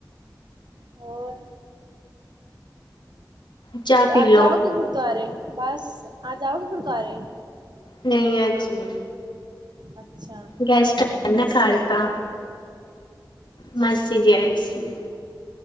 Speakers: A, on the right; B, on the left.
A: ਹੋਰ
B: ਚਾਹ
A: ਹੋਰ
B: ਪੀ
A: ਅੱਜ
B: ਲਓ
A: ਜਾਓਗੇ ਗੁਰਦੁਆਰੇ ਬਸ ਅੱਜ ਆਓਗੇ ਗੁਰਦੁਆਰੇ?
B: ਨਹੀਂ ਅੱਜ ਨੀ।
A: ਅੱਛਾ
B: ਗੈਸਟ ਕੱਲ ਤਾ।
A: ਅੱਛਾ
B: ਮਾਸੀ ਜੀ ਆਏ ਸੀ।